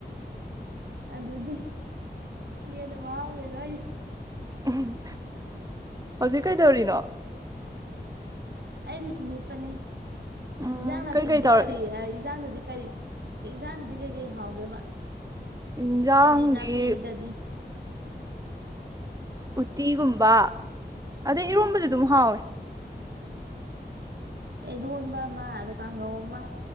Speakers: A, on the right; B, on the right.
A: ꯑꯗꯨꯗꯤ ꯌꯦꯟꯅ ꯃꯥꯎꯔꯦꯗꯣ
B: <unintelligible> ꯍꯧꯖꯤꯛ ꯀꯩꯗꯧꯔꯤꯅꯣ
A: ꯑꯩꯗꯤ ꯁꯨꯝ ꯍꯤꯞꯄꯅꯤ
B: ꯎꯝ
A: ꯏꯟꯖꯡ ꯅꯥꯄꯤꯗꯤ
B: ꯀꯩꯀꯩ ꯇꯧꯔ
A: ꯀꯔꯤ ꯑꯏ ꯏꯟꯖꯥꯡ ꯗꯨꯗꯤ ꯀꯔꯤ ꯏꯟꯖꯥꯡꯗꯗꯤ ꯀꯩꯀꯩ ꯍꯥꯎꯒꯦꯕ
B: ꯏꯟꯖꯥꯡꯗꯤ
A: ꯍꯥꯏꯗꯤ ꯅꯥꯄꯤꯗꯗꯤ
B: ꯎꯠꯇꯤꯒꯨꯝꯕ ꯑꯗꯩ ꯏꯔꯣꯝꯕꯁꯨ ꯑꯗꯨꯝ ꯍꯥꯎꯋꯦ
A: ꯑꯦꯔꯣꯟꯕ ꯑꯃ ꯑ ꯀꯥꯡꯒꯧ ꯑꯃ